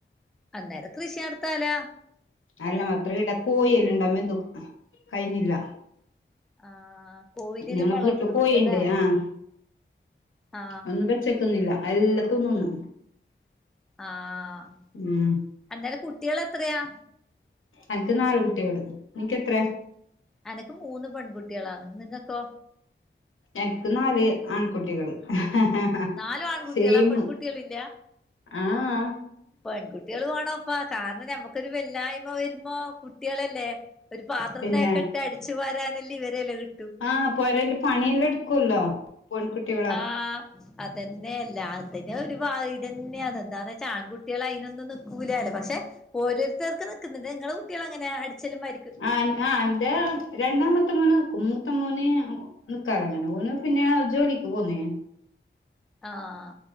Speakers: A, in the centre; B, on the left.
A: അന്നേരം കൃഷി നടത്താലാ.
B: അല്ല, മാത്ര ഇടാ കോഴെല്ലാംണ്ടമ്പോ എന്തോ കഴുന്നില്ല
A: ആ കോയിനെലും
B: ഞങ്ങളെ
A: വളർത്തുന്നുണ്ടല്ലേ
B: വീട്ടില് പോയിണ്ട്, ആഹ്
A: ആ
B: ഒന്നും പച്ചക്കൊന്നുംല്ല, എല്ലാ തിന്നുന്നു
A: ആഹ്,
B: ഉം
A: എന്തായാലും കുട്ടിൾ എത്രയാ?
B: എനിക്ക് നാല് കുട്ടികള്, നിനക്ക് എത്ര?
A: എനക്ക് മൂന്ന് പെൺകുട്ട്യാളാണ് നിങ്ങക്കോ
B: എനിക്ക് നാല് ആൺകുട്ടികള് ആഹ ഹ ഹ
A: നാലു ആൺകുട്ടികളാ
B: സേം
A: പെൺകുട്ടികളില്ല
B: ആഹ.
A: പെൺകുട്ടികള് വേണോപ്പാ. കാരണം ഞമ്മ ക്കൊരു വെല്ലായ്മ വരുമ്പോ കുട്ടികളല്ലേ, ഒരു പാത്രം
B: പിന്നെ
A: തേക്കട്ടെ അടി ച്ചുവാരാനല്ലേ വെരേല് കിട്ടു
B: ആഹ്, പൊരൽ പണിയെല്ലാം എടുക്കൂല്ലോ. പൊൺ കുട്ട്യൊ
A: ആഹ് അതെന്നെയ എല്ലരുടേം ന്നൊരു <unintelligible> എന്താന്ന് വെച്ചാ ആൺകുട്ടികള് അതിനൊന്നും നിക്കൂല്ലല്ലോ പക്ഷേ ഓരോരുത്തർക്ക് നിക്കുന്നിണ്ട് ഇങ്ങളെ കുട്ട്യാൾ എങ്ങന്യാ അടിച്ചലും പരി
B: ആഹ് ആഹ് ൻ്റെ രണ്ടാമത്തെ മൊനാക്കും മൂത്ത മോന് നിക്കാല്ലങ്ങനെ പോണ് ജോലിക്ക് പോന്നേ
A: ആഹ്